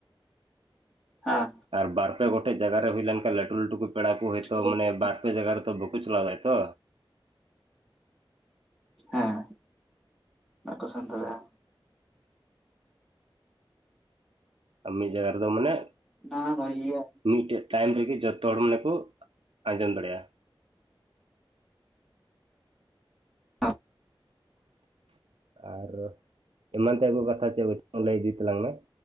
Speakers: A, in the centre; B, on the right.
A: ᱟᱸ
B: ᱟᱨ ᱵᱟᱨ ᱯᱮ ᱜᱚᱴᱮᱡ ᱡᱟᱭᱜᱟ ᱨᱮ ᱦᱩᱭ ᱞᱮᱱᱠᱷᱟᱱ ᱞᱟᱹᱴᱩ ᱞᱟᱹᱴᱩ ᱠᱚ ᱯᱮᱲᱟ ᱠᱚ ᱦᱚᱭᱛᱳ
A: ᱟᱸᱡᱚᱢᱚᱜ
B: ᱢᱟᱱᱮ
A: ᱠᱟᱱᱟ᱾
B: ᱵᱟᱨᱼᱼ <unintelligible> ᱡᱟᱭᱜᱟ ᱨᱮᱛᱚ ᱵᱟᱹᱠᱩ ᱪᱟᱞᱟᱣ ᱫᱟᱲᱮᱭᱟᱜ-ᱟ ᱛᱚᱼᱼ
A: ᱦᱮᱸ ᱵᱟᱠᱚ ᱥᱟᱵ ᱫᱟᱲᱮᱭᱟᱜ-ᱟ᱾
B: ᱟᱨ ᱢᱤᱫ ᱡᱟᱭᱜᱟ ᱨᱮᱫᱚ ᱢᱟᱱᱮᱼᱼ
A: ᱚᱱᱟ ᱵᱷᱟᱜᱤ ᱜᱮᱭᱟ
B: ᱢᱤᱫᱴᱮᱡ ᱴᱟᱭᱤᱢ ᱨᱤᱜᱮ ᱡᱚᱛᱚ ᱦᱚᱲ ᱢᱟᱱᱮ ᱠᱚ ᱟᱸᱡᱚᱢ ᱫᱟᱲᱮᱭᱟᱜ-ᱟ᱾
A: ᱦᱟᱸ
B: ᱟᱨ ᱮᱢᱟᱱ ᱛᱮᱭᱟᱜ ᱠᱚ ᱠᱟᱛᱷᱟ ᱪᱮᱜ ᱞᱟᱹᱭ ᱤᱫᱤ ᱛᱟᱞᱟᱝ ᱢᱮᱼᱼ